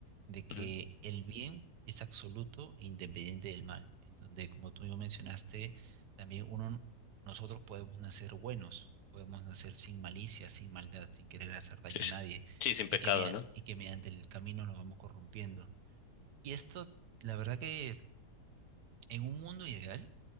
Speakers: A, on the right; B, on the left.
A: de que
B: Ujú.
A: el bien es absoluto e independiente del mal, en donde, como tú mismo mencionaste, también uno, nosotros podemos nacer buenos, podemos nacer sin malicia, sin maldad, sin querer hacer daño
B: Sí, sí.
A: a nadie,
B: Sí, sin
A: y
B: pecado,
A: que, mea-
B: ¿no?
A: y que mediante el camino nos vamos corrompiendo. Y esto, la verdad que en un mundo ideal,